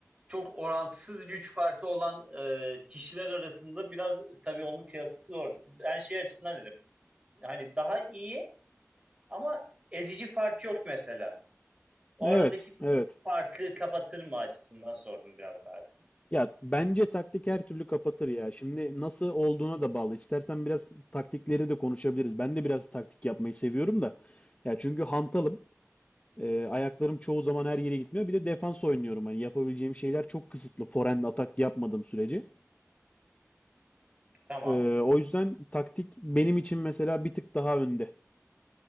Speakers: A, on the right; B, on the left.
A: Çok orantısız güç farkı olan e, kişiler arasında biraz tabii onun kıyası zor. Ben şey açısından dedim. Hani daha iyi ama ezici fark yok mesela. O
B: Evet,
A: aradaki
B: evet.
A: farkı kapatır mı açısından sordum biraz daha.
B: Ya bence taktik her türlü kapatır ya. Şimdi nasıl olduğuna da bağlı. İstersen biraz taktikleri de konuşabiliriz. Ben de biraz taktik yapmayı seviyorum da. Ya çünkü hantalım. E, ayaklarım çoğu zaman her yere gitmiyor. Bir de defans oynuyorum. Hani yapabileceğim şeyler çok kısıtlı. Forehand atak yapmadığım sürece.
A: Tamam.
B: Ee, o yüzden taktik benim için mesela bir tık daha önde.